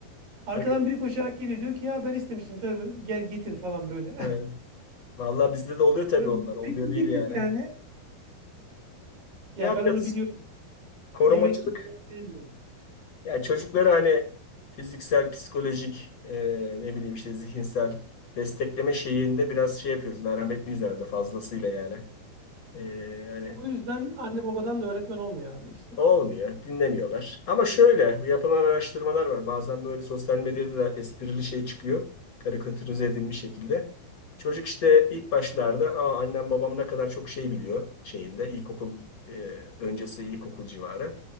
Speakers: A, on the right (about 60°); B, on the left (about 45°).
A: Arkadan
B: Harika.
A: biri koşarak geliyor diyor ki ya ben istemiştim tabii gel getir falan
B: <laughs>
A: böyle.
B: Evet.
A: <laughs>
B: Vallahi bizde de oluyor
A: Ya
B: tabii
A: diyorum
B: onlar.
A: yemek
B: Olmuyor
A: yiyecektik
B: değil yani.
A: yani. Ya
B: Ya
A: ben
B: biraz
A: onu biliyorum.
B: korumacılık.
A: Yemek ben onu sevmiyorum.
B: Ya çocukları hani fiziksel, psikolojik, e, ne bileyim işte zihinsel destekleme şeyinde biraz şey yapıyoruz. Merhametliyiz herhalde fazlasıyla yani. E, hani
A: O yüzden anne babadan da öğretmen olmuyor abi işte.
B: Olmuyor, dinlemiyorlar. Ama şöyle, bu yapılan araştırmalar var. Bazen böyle sosyal medyada da esprili şey çıkıyor. Karikatürize edilmiş şekilde. Çocuk işte ilk başlarda Aa, annem babam ne kadar çok şey biliyor şeyinde ilkokul e, öncesi ilkokul civarı.